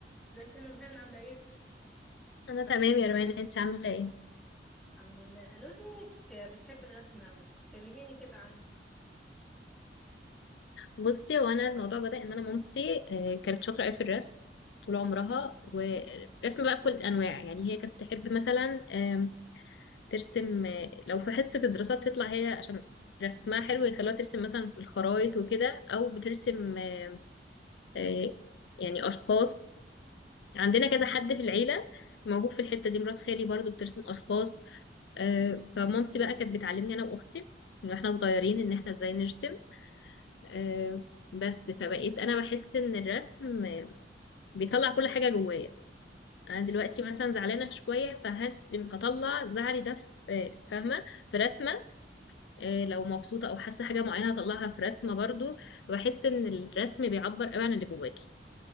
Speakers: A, in the centre; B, on the left.
A: ازيك يا نورهان عاملة ايه؟
B: انا تمام يا روان انت عامله ايه
A: الحمد لله قالوا لي انك بتحب الرسم قوي كلميني كده عنه
B: بصي هو انا الموضوع بدأ ان انا مامتي آه، كانت شاطره قوي في الرسم طول عمرها ورسم بقى بكل الانواع يعني هي كانت تحب مثلا آم، ترسم آه، لو في حصه الدراسات تطلع هي عشان رسمها حلو يخلوها ترسم مثلا الخرايط وكده او بترسم آم، آه، يعني اشخاص عندنا كذا حد في العيله موهوب في الحته دي مرات خالي برضو بترسم اشخاص آه، فمامتي بقى كانت بتعلمني انا واختي من واحنا صغيرين ان احنا ازاي نرسم آه، بس فبقيت انا بحس ان الرسم بيطلع كل حاجه جوايا انا دلوقتي مثلا زعلانه شويه فهرسم هطلع زعلي ده في آه، فاهمه في رسمه آه، لو مبسوطه او حاسه حاجه معينه هطلعها في رسمه برضو بحس ان الرسم بيعبر قوي عن اللي جواكي